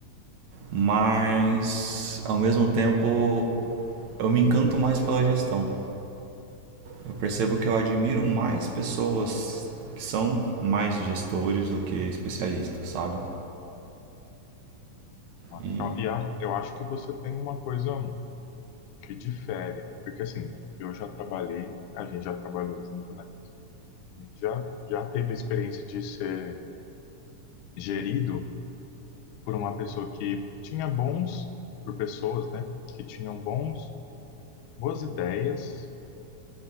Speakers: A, on the right; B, on the left.
A: Mas ao mesmo tempo, eu me encanto mais pela gestão. Eu percebo que eu admiro
B: Entendi.
A: mais pessoas que são mais gestores do que especialistas, sabe?
B: Ah,
A: E
B: legal. E a- eu acho que você tem uma coisa que difere, porque assim, eu já trabalhei, a gente já trabalhou junto, né? A gente já, já teve a experiência de ser gerido por uma pessoa que tinha bons, por pessoas, né? Que tinham bons, boas ideias,